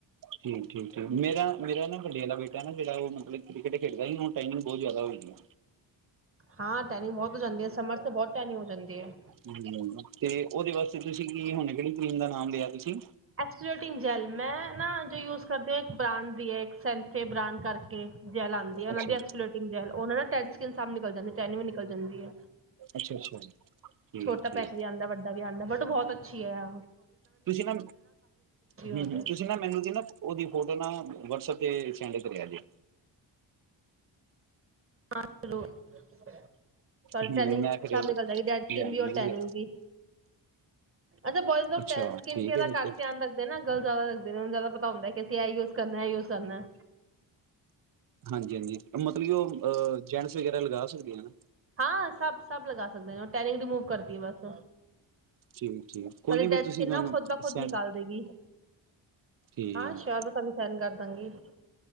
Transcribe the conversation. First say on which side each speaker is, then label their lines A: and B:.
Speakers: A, on the right (about 45°); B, on the right (about 25°).
A: ਠੀਕ ਠੀਕ ਠੀਕ ਮੇਰਾ ਮੇਰਾ ਨਾ ਵੱਡੇ ਦਾ ਬੇਟਾ ਨਾ ਜਿਹੜਾ ਉਹ ਮਤਲਬ ਕ੍ਰਿਕਟ ਖੇਡਦਾ ਸੀ ਹੁਣ ਟਾਈਨਿੰਗ ਬਹੁਤ ਜਿਆਦਾ ਹੋਈ ਹੈ।
B: ਹਾਂ ਟੈਨਿੰਗ ਬਹੁਤ ਹੋ ਜਾਂਦੀ ਹੈ ਸਮਰ ਤੇ ਬਹੁਤ ਟੈਨਿੰਗ ਹੋ ਜਾਂਦੀ ਹੈ।
A: ਹੂੰ ਤੇ ਉਹਦੇ ਵਾਸਤੇ ਤੁਸੀਂ ਕੀ ਹੁਣ ਕਿਹੜੀ ਕਰੀਮ ਦਾ ਨਾਮ ਲਿਆ ਤੁਸੀਂ
B: ਐਕਸ ਪਲੂਟੀ ਜੈਲ ਮੈਂ ਨਾ ਜੋ ਯੂਸ ਕਰਦੀ ਬਾਡ ਦੀ ਏ। ਸਨਸੇ ਬਾਡ ਕਰਕੇ ਜੈਲ ਆਦੀ ਆ ਓਨਾਂ
A: ਅੱਛਾ
B: ਦੀ ਐਕਸਪਲੂਟਿੰਗ ਜੈਲ <unintelligible> ਟੈਨਿੰਗ ਜਾਂਦੀ ਹੈ
A: ਅੱਛਾ ਅੱਛਾ। ਠੀਕ
B: ਛੋਟਾ
A: ਠੀਕ
B: ਪੈਕ ਵੀ ਆਦਾ ਵੱਡਾ ਵੀ ਆਂਦਾ। ਬਟ ਬਹੁਤ ਅੱਛੀ ਆ
A: ਤੁਸੀਂ ਨਾ ਹੂੰ
B: ਉਹਦੇ
A: ਤੁਸੀਂ ਨਾ ਮੈਨੂੰ ਸੀ ਨਾ ਉਹਦੀ ਫੋਟੋ ਨਾ ਵਟਸਐਪ ਤੇ ਸੈਂਡ ਕਰਿਆ ਜੇ।
B: ਹਾਂ ਜਰੂਰ
A: ਹੂੰ
B: ਟੈਨਿੰਗ
A: ਮੈਂ ਫਿਰ
B: ਸਭ ਨਿਕਲ ਜਾਏਗੀ ਡੈਡ ਸਕਿਨ
A: ਲਿਆਣਾ
B: ਵੀ ਔਰ
A: ਮੈਂ
B: ਟੈਨਿਗ
A: ਨਾ
B: ਵੀ ਅੱਛਾ ਬੋਇਏਜ਼ ਲੋਕ
A: ਅੱਛਾ
B: ਟੈਂਨਸ ਸਕਿਨ
A: ਠੀਕ ਹੈ
B: ਦਾ
A: ਫਿਰ ਤੇ
B: ਧਿਆਨ ਰੱਖਦੇ ਨਾ ਗਰਲ ਜ਼ਿਆਦਾ ਲੱਗਦੇ ਨੇ ਜ਼ਿਆਦਾ ਪਤਾ ਹੁੰਦਾ ਕਿ ਅਸੀਂ ਇਹ ਯੂਜ ਕਰਨਾ ਇਹ ਯੂਜ ਕਰਨਾ।
A: ਹਾਂਜੀ ਹਾਂਜੀ ਮਤਲਬ ਕਿ ਉਹ ਅ ਜੈਂਟਸ ਵਗੈਰਾ ਲਗਾ ਸਕਦੇ ਹਨਾ।
B: ਹਾਂ ਸਭ ਸਭ ਲਗਾ ਸਕਦੇ ਨੇ ਉਹ ਟੈਨਿੰਗ ਰੀਮੂਵ ਕਰਦੀ ਹੈ ਬਸ
A: ਠੀਕ ਠੀਕ ਕੋਈ
B: ਸਾਡੀ
A: ਨੀ ਫੇਰ
B: ਡੈਡ
A: ਤੁਸੀਂ
B: ਸਕਿਨ
A: ਮੈਨੂੰ
B: ਨਾ ਖੁਦ ਬ ਖੁਦ
A: ਸੈਂਡ
B: ਨਿਕਾਲ ਦੇਗੀ
A: ਠੀਕ
B: ਹਾਂ ਸ਼ੋਰ ਮੈਂ ਤੁਹਾਨੂੰ ਸੈਂਡ ਕਰ ਦੇਨੀ ਆ। ਹਾਂਜੀ।